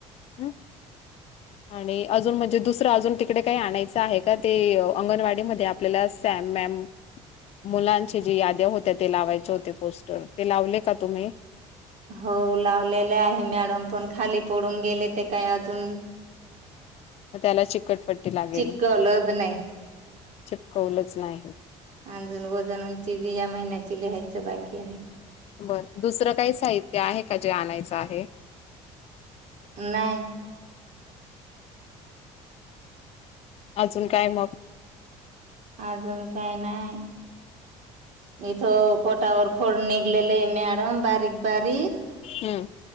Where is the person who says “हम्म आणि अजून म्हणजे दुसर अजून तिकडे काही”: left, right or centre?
Left